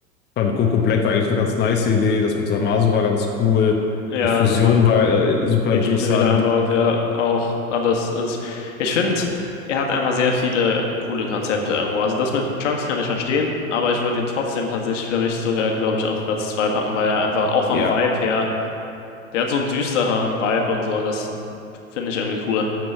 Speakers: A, on the left; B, on the left.
A: fand Goku Black war eigentlich eine ganz nice Idee. Das mit Zamasu war ganz cool.
B: ja,
A: Die Fusion
B: dass man
A: war äh, super
B: Vegeta
A: interessant.
B: wieder einbaut, ja, auch alles ist. Ich finde, er hat einfach sehr viele coole Konzepte irgendwo. Also das mit Trunks kann ich verstehen, aber ich würde ihn trotzdem tatsächlich für mich sogar, glaube ich, auf Platz 2 packen, weil er einfach auch vom
A: Ja,
B: Vibe her, der hat so einen düsteren Vibe und so und das finde ich irgendwie cool.